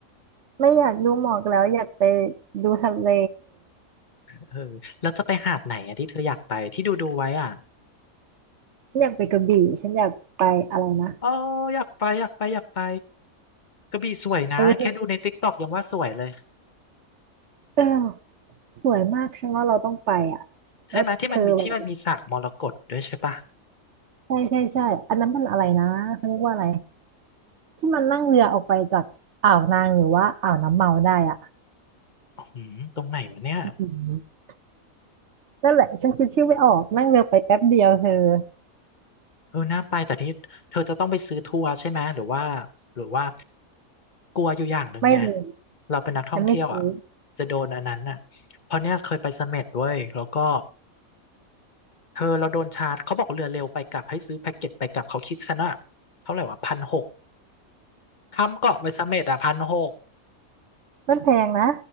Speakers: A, on the right; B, on the left.
A: ไม่อยากดูหมอกแล้วอยากไปดูทะเล
B: เออแล้วจะไปหาดไหนอะที่เธออยากไปที่ดูดูไว้อ่ะ
A: ฉันอยากไปกระบี่ฉันอยากไปอะไรนะ
B: เอ๋ออยากไปอยากไปอยากไปกระบี่สวยนะแค่ดูในติ๊กต็อกยังว่าสวยเลย
A: เออเออสวยมากฉันว่าเราต้องไปอะแล้วเธอแบบ
B: ใช่ไหมที่มันมีที่มันมีสระมรกตด้วยใช่ปะ
A: ใช่ใช่ใช่อันนั้นมันอะไรนะเขาเรียกว่าอะไรที่มันนั่งเรือออกไปจากอ่าวนางหรือว่าอ่าวน้ำเมาได้อะ
B: อือหือตรงไหนวะเนี่ย
A: อืมนั่นแหละฉันคิดชื่อไม่ออกนั่งเรือไปแป๊บเดียวเธอ
B: เออน่าไปแต่ที่เธอจะต้องไปซื้อทัวร์ใช่ไหมหรือว่าหรือว่ากลัวอยู่อย่างหนึ่งไง
A: ไม่เลย
B: เราเป็นนักท่องเที่ยวอ่ะ
A: ฉันไม่ซื้อ
B: จะโดนอันนั้นอ่ะเพราะเนี่ยเคยไปเสม็ดด้วยแล้วก็เธอเราโดนชาร์จเขาบอกเรือเร็วไปกลับให้ซื้อแพ็กเกจไปกลับเขาคิดซะว่าเท่าไหร่วะพันหก ข้ามเกาะไปเสม็ดอ่ะพันหก
A: มันแพงนะ